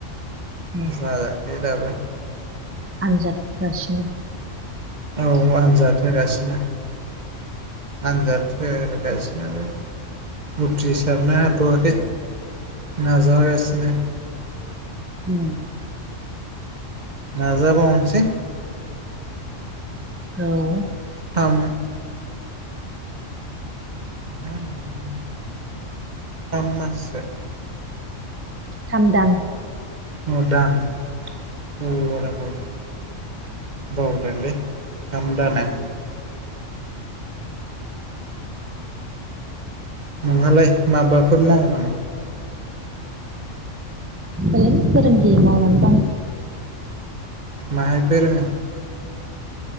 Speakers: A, on the right; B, on the right.
A: ए
B: जायाखै दाबो।
A: आनजाद होगासिनो
B: औ आनजाद होगासिनो आनजाद होगासिनो आरो उथि् सारनो हाथ'वाखै। नाजागासिनो
A: उ
B: नाजा बावनोसै
A: औ
B: थाम <inaudible> थाम मास सो
A: थामदान
B: अ दान अबाव बावदों बाव बावदोंलै थामदान था नोंहालाय माबाफोर मावो नामा?
A: ओरैनो फोरोंगिरि मावनानै दं।
B: माहाय फोरोंयो?